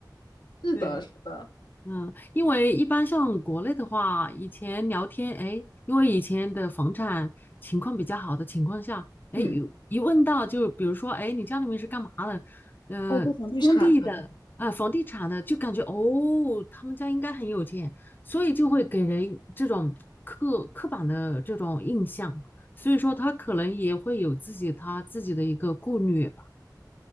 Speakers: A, on the left; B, on the left.
A: 是的，
B: 对，
A: 是的，
B: 嗯，因为一般像国内的话，以前聊天，哎，因为以前的房产情况比较好的情况下，哎，
A: 嗯，
B: 有一问到就比如说，哎，你家里面是干嘛的？呃，
A: 哦，做房地产的这
B: 工地的啊，房地产的，就感觉哦，他们家应该很有钱，所以就会给人这种刻刻板的这种印象，所以说他可能也会有自己他自己的一个顾虑吧。